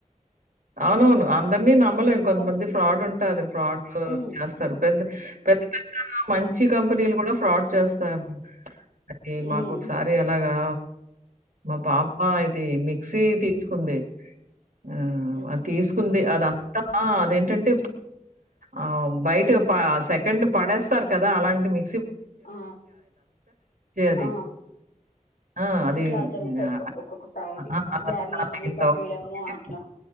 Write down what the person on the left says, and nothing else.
కొంత
ఉమ్
ఉమ్
ఉమ్
ఆ
ఆ
అట్లా జరుగుతాయి. ఒక్కొక్కసారి
డ్యామేజ్లు
పంపీయడము అట్లా